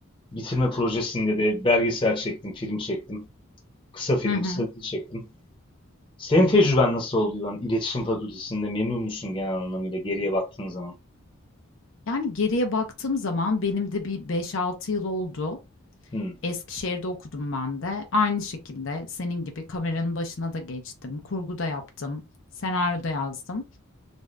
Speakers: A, on the left; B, on the left.
A: Bitirme projesinde de belgesel çektim, film çektim. Kısa film,
B: Hı hı.
A: kısa dizi çektim. Senin tecrüben nasıl oldu İvan? İletişim Fakültesi'nde memnun musun genel anlamıyla geriye baktığın zaman?
B: Yani geriye baktığım zaman benim de bir beş altı yıl oldu.
A: Hmm,
B: Eskişehir'de okudum ben de. Aynı şekilde senin gibi kameranın başına da geçtim. Kurgu da yaptım. Senaryo da yazdım.